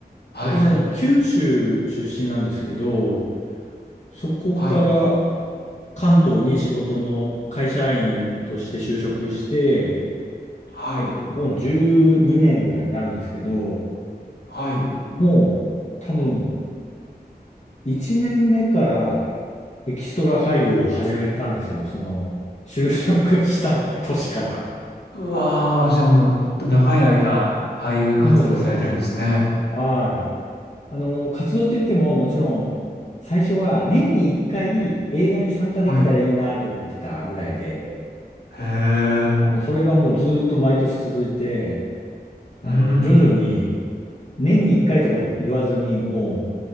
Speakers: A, on the left; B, on the left.
A: はい。
B: 私、あの、九州出身なんですけど、そこから
A: はい。
B: 関東に仕事の会社員として就職して、
A: はい。
B: もう12年ぐらいになるんですけど、
A: はい。
B: もう多分1年目からエキストラ俳優を始めたんですよ。その、就職した年から。
A: うわー、じゃあもうほんと長い間、俳優活動されてるんですね。
B: そうですよね。はい。あの、活動って言ってももちろん、最初は年に1回映画に参加できたらいいなと思ってたぐらいで、
A: はい。へえ。
B: あの、それがもうずーっと毎年続いて、あの、
A: うん。
B: 徐々に、年に一回とか言わずに、も